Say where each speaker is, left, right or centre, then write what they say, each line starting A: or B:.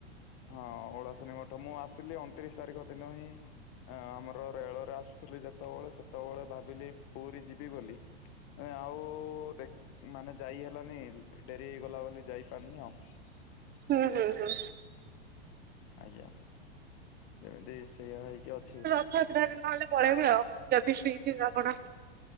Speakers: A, on the left; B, on the right.
A: ହଁ ଓଳାଶିନୀ ମଠ ମୁଁ ଆସିଲି ଅଣତିରିଶ ତାରିଖ ଦିନ ହିଁ। ଆ ଆମର ରେଳରେ ଆସୁଥିଲି ଯେତେବେଳେ ସେତେବେଳେ ଭାବିଲି ପୁରୀ ଯିବି ବୋଲି। ଆଉ ଦେଖ ମାନେ ଯାଇ ହେଲାନି ଡେରି ହେଇଗଲା ବୋଲି ଯାଇପାରନି ଆଉ।
B: ହୁଁ ହୁଁ ହୁଁ।
A: ଆଜ୍ଞା ଯେମିତି ସେଇଆ ହେଇକି ଅଛି।
B: ସାତଟାରେ ନହେଲେ ପଳେଇବି ଆଉ ଯଦି ଫ୍ରି ଥିବେ ଆପଣ?